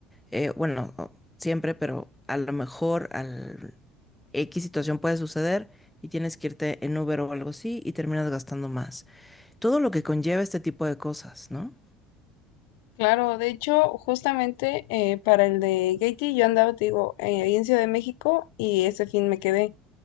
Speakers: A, in the centre; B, on the left (about 75°).
A: eh, bueno, o- siempre, pero a lo mejor al X situación puede suceder y tienes que irte en Uber o algo así y terminas gastando más. Todo lo que conlleva este tipo de cosas, ¿no?
B: Claro, de hecho, justamente eh, para el de Katie yo andaba, te digo, eh, ahí en Ciudad de México y ese fin me quedé.